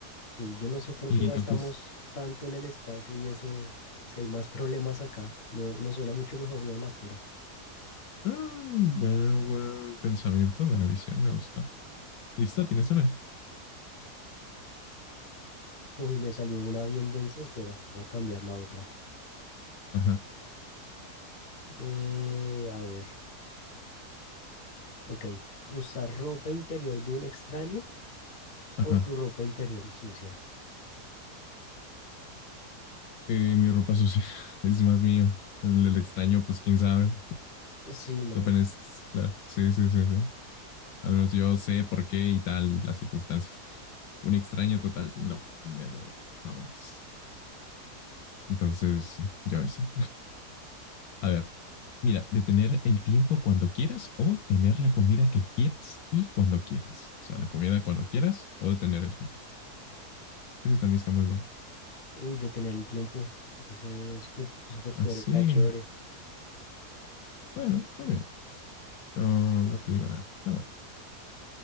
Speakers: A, on the left (about 45°); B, on the left (about 70°).
A: Sí, yo no sé por
B: Y
A: qué gastamos
B: no quis.
A: tanto en el espacio y eso, si hay más problemas acá. me me suena mucho mejor lo de la cura.
B: Ah, buen, buen pensamiento, buena visión, me gusta. Listo, ¿tienes una?
A: Uy, me salió una bien densa, espera, voy a cambiar la otra.
B: Ajá,
A: Eh, a ver, ok. ¿Usar ropa interior de un extraño
B: ajá.
A: o tu ropa interior sucia?
B: Eh, mi ropa sucia <laughs> es más mío. El, el extraño, pues quién sabe.
A: Sí, no.
B: Depende, claro. Sí, sí, sí, sí. Al menos yo sé por qué y tal y las circunstancias. Un extraño total, no, never, jamás. Entonces, sí, yo eso. A ver, mira, detener el tiempo cuando quieras o tener la comida que quieras y cuando quieras. O sea, la comida cuando quieras o detener el tiempo. Eso también está muy buena.
A: Uy, detener el tiempo. Ese super- superpoder
B: Así,
A: está chévere.
B: bueno, está bien. No, no te digo nada. Está bueno.